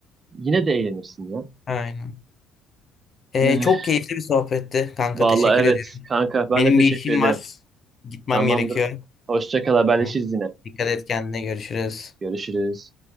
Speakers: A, on the right; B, on the left.
A: yine de eğlenirsin ya.
B: Aynen. Ee,
A: Ee,
B: çok keyifli bir sohbetti kanka
A: Vallahi
B: teşekkür
A: evet
B: ediyorum.
A: kanka ben
B: Benim
A: de teşekkür
B: bir işim
A: ederim.
B: var. Gitmem
A: Tamamdır.
B: gerekiyor.
A: Hoşça kal haberleşiriz
B: Hı.
A: yine.
B: Dikkat et kendine görüşürüz.
A: Görüşürüz.